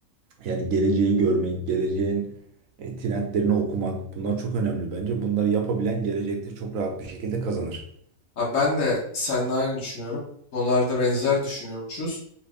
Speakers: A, on the right; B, on the left.
A: yani geleceği görmek, geleceğin e, trendlerini okumak bunlar çok önemli bence. Bunları yapabilen gelecekte çok rahat bir şekilde kazanır.
B: Abi ben de seninle aynı düşünüyorum. Konularda benzer düşünüyormuşuz.